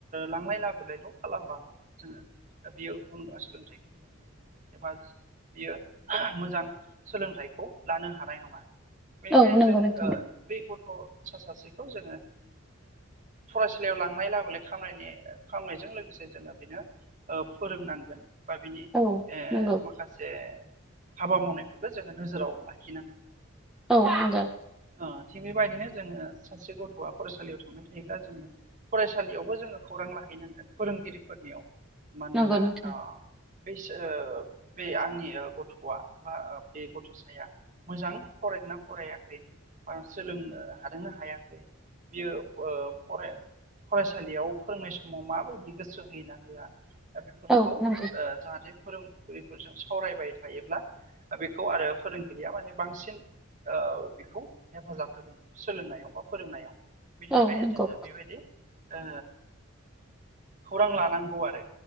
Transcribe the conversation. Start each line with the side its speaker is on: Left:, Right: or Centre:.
Right: लांलाय लाबोलायल' खालामबाल' जोङो बेयाव गुन गोनां सोलोंथाइखौ मोननाय नङा एबा बियो मोजां सोलोंथाइखौ लानो हानाय नङा बेनिखायनो
Centre: औ नंगौ
Right: जों
Centre: नोंथां
Right: बे गथ'सा सासे जोङो फरायसालियाव लांनाय लाबोलाय खालामनायजों जोङो बेनो फोरोंनांगोन बा बिनि
Centre: औ
Right: ओ
Centre: नंगौ
Right: माखासे हाबा मावनायफोरखौ जोङो नोजोराव लाखिनांगोन
Centre: औ हागोन
Right: ओ थिग बेबायदिनो जोङो सासे गथ'आ फरायसालियाव थांबाय थायोबा जोङो फरायसालियावबो जोङो खौरां लाहैनांगोन फोरोंगिरिफोरनियाव मानोना
Centre: नंगौ नोंथां
Right: ओ बे आंनि गथ'आ बा बे गथ'साया मोजां फरायना फरायाखै बा सोलोंनो हादोंना हायाखै बियो फराय फरायसालियाव फोरोंनाय समाव माबायदि गोसो होयोना होआ दा बेफोरखौ
Centre: औ
Right: ओ
Centre: नंगौ
Right: जाहाथे फोरोंगिरिफोरजों सावरायबाय थायोब्ला बेखौ आरो फोरोंगिरिया माने बांसिन बेखौ हेफाजाब होगोन सोलोंनायाव बा फोरोंनायाव बिनि
Centre: औ
Right: थाखायनो
Centre: नंगौ
Right: जोङो बेबायदि ओ खौरां लानांगौ आरो